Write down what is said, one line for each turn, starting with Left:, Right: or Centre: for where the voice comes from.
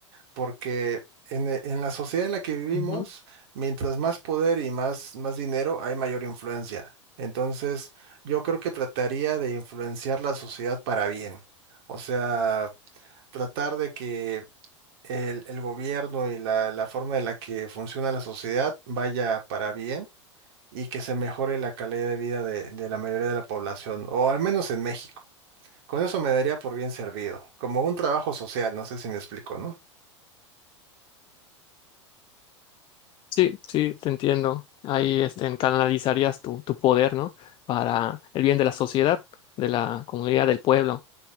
Right: Porque en, e- en la sociedad en la que vivimos,
Left: Ujú.
Right: mientras más poder y más, más dinero, hay mayor influencia. Entonces, yo creo que trataría de influenciar la sociedad para bien. O sea, tratar de que el, el gobierno y la, la forma en la que funciona la sociedad vaya para bien y que se mejore la calidad de vida de, de la mayoría de la población, o al menos en México. Con eso me daría por bien servido, como un trabajo social, no sé si me explico, ¿no?
Left: Sí, sí, te entiendo. Ahí este, en- canalizarías tu, tu poder, ¿no? Para el bien de la sociedad, de la comunidad, del pueblo.